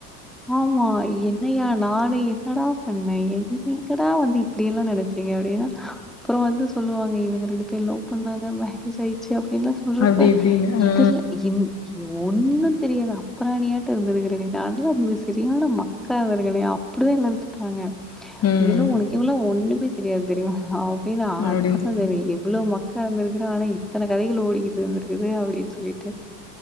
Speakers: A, in the centre; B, on the left (about 30°).
A: ஆமா என்னயா நானு என்னடா பண்ணே என் நீங்க எங்கடா வந்து இப்டியெல்லா நினச்சீங்க அப்டின்ன அப்ரோ வந்து சொல்லுவாங்க இவங்க ரெண்டு பேர் லவ் பண்ணாங்க மேரேஜ் ஆயிச்சு அப் என்ன சொல்றப்ப
B: அப்டி இப்டின்னு
A: இத
B: ஆ
A: இந் யோ ஒன்னு தெரியாத அப்ராணியாட்ட இருந்திருக்கிறேனே நல்லா இது சரியான மக்கா இருந்துருக்கனோ அப்டிதா எல்ல திட்டுவாங்க
B: ம்
A: நீயெல்லா ஒனக்கு எல்லா ஒண்ணுமே தெரியாது தெரிமா அப்டின்னா <unintelligible>
B: அப்டின்னு சொல்லுவாங்க
A: எவ்ளோ மக்கு உக்காந்திருக்ரா ஆனா இத்தன கதைகள் ஓடிகிட்றுந்திருக்கு து அப்டின்னு சொல்லிட்டு